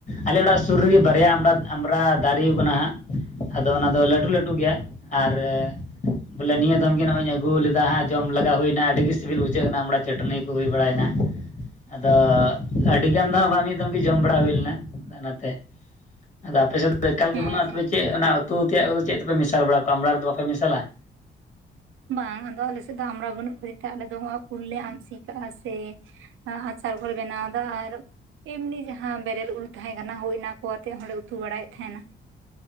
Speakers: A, on the left; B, on the right.
A: ᱟᱞᱮ ᱚᱲᱟᱜ ᱥᱩᱨ ᱨᱮᱜᱮ ᱵᱟᱨᱭᱟ ᱟᱢᱲᱟ ᱟᱢᱨᱟ ᱫᱟᱨᱮ ᱟᱠᱟᱱᱟ ᱦᱟᱸᱜ, ᱟᱫᱚ ᱚᱱᱟᱫᱚ ᱞᱟᱹᱴᱩ ᱞᱟᱹᱴᱩ ᱜᱮᱭᱟ ᱟᱨ ᱵᱚᱞᱮ ᱱᱤᱭᱟᱹ ᱫᱚᱢ ᱜᱮ ᱱᱚᱜᱼᱚᱭ ᱟᱹᱜᱩ ᱞᱮᱫᱟ ᱦᱟᱸᱜ ᱡᱚᱢ ᱞᱟᱜᱟ ᱦᱩᱭᱱᱟ ᱟᱹᱰᱤ ᱜᱮ ᱥᱤᱵᱤᱞ ᱵᱩᱡᱷᱟᱹᱜ ᱠᱟᱱᱟ ᱟᱢᱲᱟ ᱪᱟᱹᱴᱱᱤ ᱠᱚ ᱦᱩᱭ ᱵᱟᱲᱟᱭ ᱮᱱᱟ ᱟᱫᱚ ᱟᱹᱰᱤᱜᱟᱱ ᱫᱚ ᱦᱟᱸᱜ ᱵᱟᱝ ᱢᱤᱫ ᱫᱚᱢ ᱜᱮ ᱡᱚᱢ ᱵᱟᱲᱟ ᱦᱩᱭ ᱞᱮᱱᱟ ᱚᱱᱟᱛᱮ ᱟᱫᱚ ᱟᱯᱮ ᱥᱮᱫ ᱫᱚ ᱮᱠᱟᱞ ᱜᱮ
B: ᱦᱮᱸ
A: ᱵᱟᱹᱱᱩᱜᱼᱟ
B: ᱦᱮᱸ
A: ᱥᱮ ᱪᱮᱫ ᱚᱱᱟ ᱩᱛ ᱛᱩ ᱛᱮᱭᱟᱜ ᱠᱚᱫᱚ ᱪᱮᱫ ᱛᱮᱯᱮ ᱢᱮᱥᱟᱞ ᱵᱟᱲᱟ ᱠᱚᱣᱟ ᱟᱢᱲᱟ ᱨᱮᱫᱚ ᱵᱟᱯᱮ ᱢᱮᱥᱟᱞᱟ?
B: ᱵᱟᱝ ᱟᱫᱚ ᱟᱞᱮ ᱥᱮᱫ ᱫᱚ ᱟᱢᱲᱟ ᱵᱟᱹᱱᱩᱜ ᱠᱷᱟᱹᱛᱤᱨ ᱛᱮ ᱟᱞᱮ ᱫᱚ ᱩᱞ ᱞᱮ ᱟᱢᱥᱤ ᱠᱟᱜᱼᱟ ᱥᱮ ᱟᱪᱟᱨ ᱠᱚᱞᱮ ᱵᱮᱱᱟᱣ ᱮᱫᱟ ᱟᱨ ᱮᱢᱱᱤ ᱡᱟᱦᱟᱸ ᱵᱮᱨᱮᱞ ᱩᱞ ᱛᱟᱦᱮᱸ ᱠᱟᱱᱟ ᱦᱳᱭ ᱚᱱᱟᱠᱚ ᱟᱛᱮᱫ ᱦᱚᱸᱞᱮ ᱩᱛᱩ ᱵᱟᱲᱟᱭᱮᱫ ᱛᱟᱦᱮᱱᱟ᱾